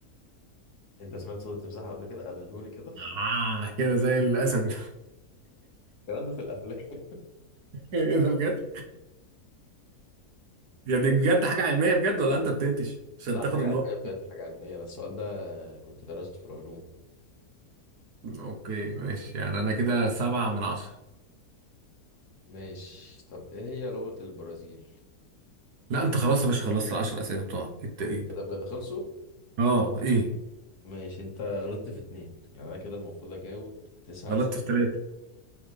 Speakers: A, on the left; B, on the right.
A: انت سمعت صوت التمساح قبل كده قلدهولي كده
B: آه كده زي الأسد <laughs>
A: <laughs> الكلام ده في الافلام <laughs>
B: إيه ده بجد؟ يعني دي بجد حاجة علمية بجد ولا أنت بتنتش عشان
A: لا
B: تاخد
A: حاجة
B: النقطة
A: علمية بجد حاجة علمية ده السؤال ده كنت درسته في العلوم
B: اوكي ماشي يعني انا كده سبعة من عشرة
A: ماشي طب ايه هي لغة البرازيل
B: لا انت خلاص يا باشا خلصت العشر اسئله بتوعك انت ايه
A: إيه ده بجد خلصوا
B: اه ايه
A: ماشي انت غلطت في اتنين يعني انا كده المفروض اجاوب تسعة
B: غلطت
A: اسئله
B: في ثلاثة